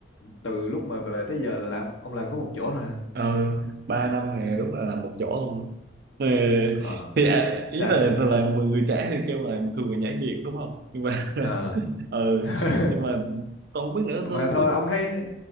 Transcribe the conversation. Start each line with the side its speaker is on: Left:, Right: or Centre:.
Left: từ lúc mà về tới giờ là làm ông làm có một chỗ thôi hả?
Right: ờ, 3 năm này lúc là làm một chỗ luôn Ờ,
Left: Ờ,
Right: thì à, ý
Left: sao?
Right: là là mọi người trẻ thì kêu là thường là nhảy việc đúng không nhưng mà
Left: Ờ.
Right: <laughs> ờ
Left: <laughs>
Right: nhưng mà tôi không biết nữa
Left: Mà
Right: thôi
Left: thôi
Right: tôi
Left: ông thấy